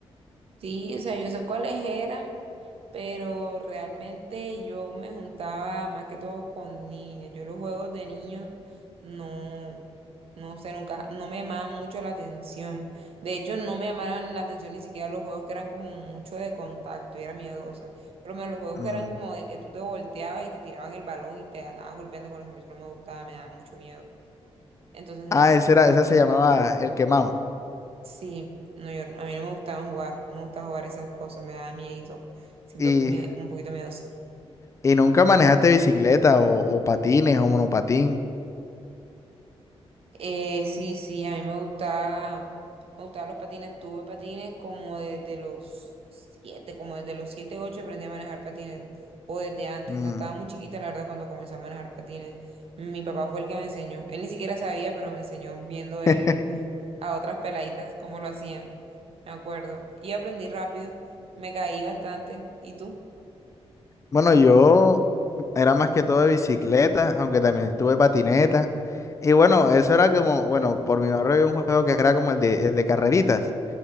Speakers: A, on the right; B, on the left.
A: Sí, o sea, yo sé cuáles eran, pero realmente yo me juntaba más que todo con niñas. Yo los juegos de niños no. No sé, nunca, no me llamaban mucho la atención. De hecho, no me llamaban la atención ni siquiera los juegos que eran como mucho de contacto y era miedosa. Por lo menos los juegos
B: Mm.
A: que eran como de que tú te volteabas y te tiraban el balón y te andaban golpeando con eso, a mí eso no me gustaba, me daba mucho miedo. Entonces, no,
B: Ah,
A: yo
B: ese
A: nunca
B: era, ese
A: jugué
B: se llamaba
A: con...
B: el quemado.
A: Sí, no, yo, a mí no me gustaba jugar, no me gustaba jugar esas cosas, me daba miedito. Siempre
B: Y,
A: fui mie- un poquito miedosa.
B: y nunca manejaste bicicleta o, o patines o monopatín.
A: Eh, sí, sí, a mí me gustaba, me gustaban los patines. Tuve patines como desde los siete, como desde los siete, ocho aprendí a manejar patines, o desde antes.
B: Mm.
A: O sea, estaba muy chiquita, la verdad, cuando comencé a manejar patines. Mi papá fue el que me enseñó. Él ni siquiera sabía, pero me enseñó viendo él
B: <laughs>
A: a otras peladitas cómo lo hacían. Me acuerdo. Y aprendí rápido, me caí bastante. ¿Y tú?
B: Bueno, yo era más que todo de bicicleta, aunque también tuve patineta. Y bueno, eso era como, bueno, por mi barrio había un juego que era como el de, el de carreritas.